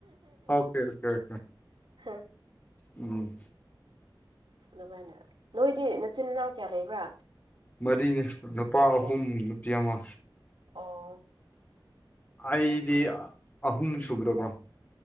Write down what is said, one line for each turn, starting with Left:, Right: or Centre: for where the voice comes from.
Left: okay okay okay
Right: hmm
Left: um
Right: ꯑꯗꯨꯃꯥꯏꯅ ꯅꯣꯏꯗꯤ ꯅꯆꯤꯟ ꯏꯅꯥꯎ ꯀꯌꯥ ꯂꯩꯕ꯭ꯔꯥ
Left: ꯃꯔꯤꯅꯦ ꯅꯨꯄꯥ ꯑꯍꯨꯝ
Right: ꯑꯣ
Left: ꯅꯨꯄꯤ ꯑꯃ
Right: ꯑꯣ
Left: ꯑꯩꯗꯤ ꯑꯍꯨꯝ ꯁꯨꯕꯗꯀꯣ